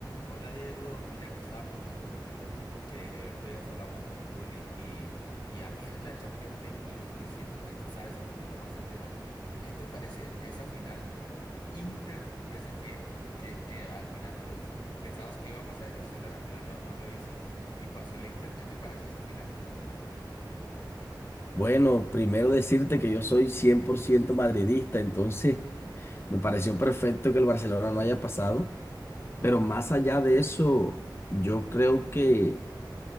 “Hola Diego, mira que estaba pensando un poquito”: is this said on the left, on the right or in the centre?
Left